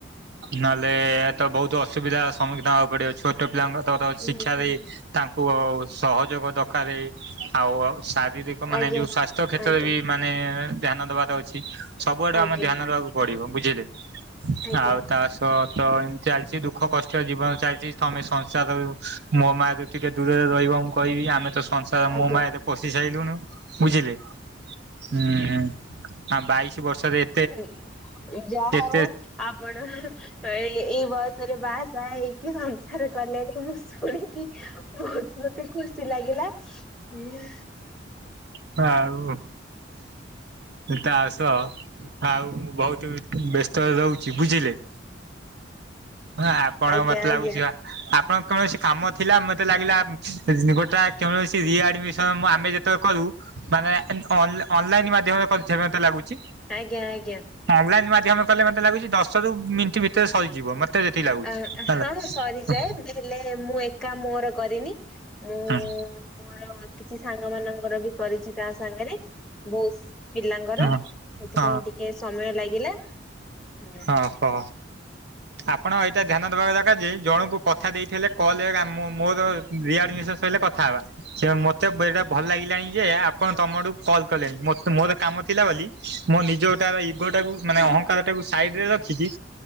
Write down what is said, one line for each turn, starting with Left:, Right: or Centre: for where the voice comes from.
Right: ନହେଲେ ତ ବହୁତ ଅସୁବିଧା ସମ୍ମୁଖୀନ ହବା ପଡିବ। ଛୋଟ ପିଲାଙ୍କ ତ ତ
Centre: ଆଜ୍ଞା
Right: ଶିକ୍ଷାାରେ ତାଙ୍କୁ ଅ, ସହଯୋଗ ଦରକାରେ ଆଉ ଅ, ଶାରୀରି କ ମାନେ
Centre: ଆଜ୍ଞା
Right: ଯୋଉ ସ୍ଵାସ୍ଥ୍ୟ କ୍ଷେତ୍ରରେ
Centre: ଆଜ୍ଞା
Right: ବି ମାନେ ଧ୍ୟାନ ଦବାର ଅଛି। ସବୁଆଡୁ
Centre: ଆଜ୍ଞା
Right: ଆମେ ଧ୍ୟାନ ଦବାକୁ ପଡ଼ିବ ବୁଝିଲେ।
Centre: ଆଜ୍ଞା
Right: ଆଉ ତା ତ ତ ଏମିତି ଚାଲିଛି ଦୁଃଖ କଷ୍ଟ ଜୀବନ ଚାଲିଛି। ତୋମେ ସଂସାର ରୁ ମୋ ମାୟା ରୁ ଟିକେ ଦୂରରେ ରହିବ ମୁଁ କହିବି। ଆମେ ତ ସଂସ ତ
Centre: ଆଜ୍ଞା
Right: ମୋ ମାୟାରେ ପଶି ସାଇଲୁଣୁ ବୁଝିଲେ, ହୁଁ, ହୁଁ। ହଁ ବାଇଶି ବର୍ଷରେ
Centre: ହେଇ ଓ ଯାହାର
Right: ଏତେ
Centre: ଆପଣ ତ ଇଏ-ଏଇ ବୟସରେ ବାହାସହା ହେଇକି ସଂସାର କଲେଣି ମୁଁ ଶୁଣିକି, ବହୁତ୍ ମତେ ଖୁସି ଲାଗିଲା ହୁଁ,
Right: ତ ଆଉ ତା ସହ, ଆଉ ମୁଁ ବହୁତ୍ ତ ବ୍ୟସ୍ତ ରହୁଛି ବୁଝିଲେ? ହଁ ଆପଣଙ୍କ
Centre: ଆଜ୍ଞା
Right: ମତେ
Centre: ଆଜ୍ଞା
Right: ଲାଗୁଛି ବା ଆପଣଙ୍କ କୌଣସି କାମ ଥିଲା ମତେ ଲାଗିଲା ଉମ ଗୋଟା କୌଣସି ରିଆଡମିସନ ମୁଁ ଆମେ ଯେ ତ କରୁ ମାନେ ଅନ୍ ଅନଲାଇନ୍ ମାଧ୍ୟମରେ କରୁଛେ ମତେ ଲାଗୁଛି?
Centre: ଆଜ୍ଞା-ଆଜ୍ଞା,
Right: ଅନଲାଇନ୍ ମାଧ୍ୟମରେ କଲେ ମତେ ଲାଗୁଛି ଦଶ ରୁ ମିନିଟ୍ ଭିତରେ ସରିଯିବ ମତ୍ ତେ ଯେତିକି ଲାଗୁଛି
Centre: ଆ
Right: ହେଲା
Centre: ହଁ
Right: ହୁଁ,
Centre: ସରିଯାଏ ହେଲେ ମୁଁ ଏକା ମୋର କରିନି, ମୁଁ
Right: ଆଁ,
Centre: ମୋର କିଛି ସାଙ୍ଗ ମାନଙ୍କର ବି କରିଛି ତା ସ୍ ସାଙ୍ଗରେ ବହୁସ୍ ପିଲାଙ୍କର
Right: ହଁ
Centre: ସେଥିପାଇଁ
Right: ହଁ
Centre: ଟିକେ ସମୟ ଲାଗିଲା, ଏଁ,
Right: ଓହୋ ଆପଣ ଏଇଟା ତ୍ ଧ୍ୟାନ ଦବା ଦରକାର ଯେ ଜଣଙ୍କୁ କଥା ଦେଇଥିଲେ କଲରେ ଆମ ମୁଁ ମୋ ରିଆଡ୍ମିଶନ ସରିଲେ କଥା ହେବା, ଯେ ମତେ ଏଇଟା ଭଲ ଲାଗିଲାଣି ଯେ ଆପଣ ତମ ଥୁ କଲ୍ କଲେଣି ମୋତେ ମୋରେ, କାମ ଥିଲା ବୋଲି ମୋ ନିଜ ଗୋଟା ଇଗୋଟାକୁ ମାନେ ଅହଂଙ୍କାର ଟାକୁ, ସାଇଡରେ ରଖିଛି